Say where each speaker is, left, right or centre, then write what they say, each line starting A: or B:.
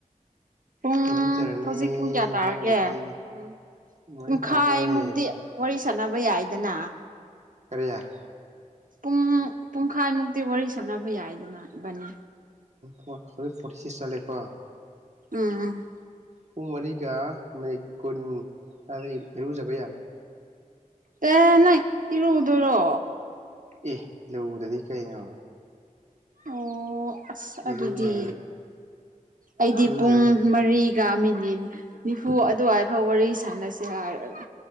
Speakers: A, on the right; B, on the right.
A: ꯄꯨꯡ
B: ꯏꯔꯨꯖꯔꯅꯤ
A: ꯍꯧꯖꯤꯛ ꯄꯨꯡ ꯀꯌꯥ ꯇꯥꯔꯒꯦ
B: ꯉꯥꯏꯍꯥꯛ ꯂꯩꯔꯗꯤ
A: ꯄꯨꯡ
B: ꯃꯔꯤ
A: ꯄꯨꯡꯈꯥꯏꯃꯨꯛꯇꯤ
B: ꯇꯥꯗꯣꯔꯦ
A: ꯋꯥꯔꯤ ꯁꯥꯅꯕ ꯌꯥꯏꯗꯅ
B: ꯔꯌꯥ
A: ꯄꯨꯡ ꯄꯨꯡꯈꯥꯏꯃꯨꯛꯇꯤ ꯋꯥꯔꯤ ꯁꯥꯟꯅꯕ ꯌꯥꯏꯗꯅ ꯏꯕꯥꯅꯤ
B: ꯄ ꯄ ꯄꯆꯤꯁ ꯆꯂꯦꯀꯣꯣꯏ
A: ꯎꯝ
B: ꯄꯨꯡ ꯃꯔꯤꯒ ꯃꯤꯅꯤꯠ ꯀꯨꯟ ꯁꯨ꯭ꯋꯥꯏꯗ ꯏꯔꯨꯖꯩꯔ
A: ꯇ ꯅꯪ ꯏꯤꯔꯨꯗꯣꯏꯔꯣ
B: ꯑꯦ ꯂꯔꯗꯤ ꯀꯩꯩꯅꯣ
A: ꯑꯣ ꯑꯁ ꯑꯗꯨꯗꯤ
B: ꯏꯔꯨꯖꯔꯒ
A: ꯑꯩꯗꯤ
B: ꯏꯔꯨꯖꯔꯒ
A: ꯄꯨꯡ ꯃꯔꯤꯒ ꯃꯤꯅꯤꯠ ꯅꯤꯐꯨ ꯑꯗꯨꯋꯥꯏꯐꯥꯎ ꯋꯥꯔꯤ ꯁꯥꯟꯅꯁꯤ ꯍꯥꯏꯔꯒ